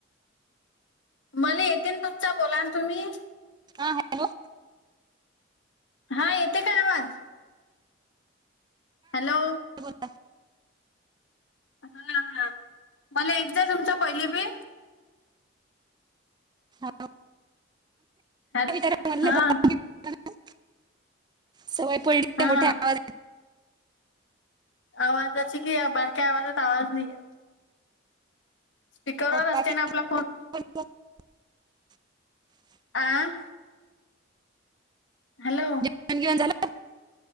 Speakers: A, on the left (about 70°); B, on the right (about 20°).
A: मला येतेन तुमचा बोला ना तुम्ही.
B: हा हॅलो
A: हा येते का आवाज? हॅलो.
B: बोला
A: हा हा मला येत जाय तुमचा पहिले बी.
B: हॅलो
A: हॅ
B: <unintelligible>
A: हा
B: सवय पडली त्या
A: हा
B: मोठ्या आवाजाची.
A: आवाजाची की या बारक्या आवाजात आवाज नाहीये. स्पीकरवर
B: बाकी
A: असते ना आपला फोन.
B: <inaudible>
A: आं हॅलो.
B: जेवण गीवन झालं?